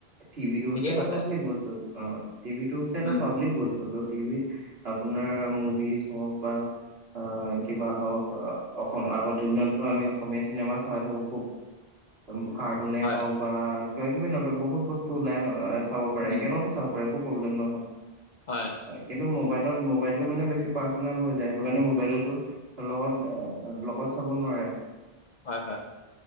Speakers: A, on the right; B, on the left.
A: টি ভিতো
B: ঠিকেই
A: হৈছে এটা
B: কৈছে
A: পাব্লিক বস্তু, অ' টিভিটো হৈছে এটা
B: উম
A: পাব্লিক বস্তুটো, টিভিত আপোনাৰ মুভিজ হওক বা আ, কিবা হওক আ, অখন আগত দিনতটো আমি অসমীয়া চিনেমা চাই থাকোঁ খুব। উম, কাৰ্টুনে
B: হয়
A: হওক বা কিবা কিবি নতু বহুত বস্তু ওলাই ন' আ, চাব পাৰে,
B: উম
A: একেলগতে চাব পাৰে একো প্ৰব্লেম নহয়।
B: হয়
A: কিন্তু মোবাইলত মোবাইলটো মানে বেছি পাৰ্চনেল হৈ যায়, সেইটো কাৰণে মোবাইলটো লগত আ, লগত চাব নোৱাৰে।
B: হয়, হয়,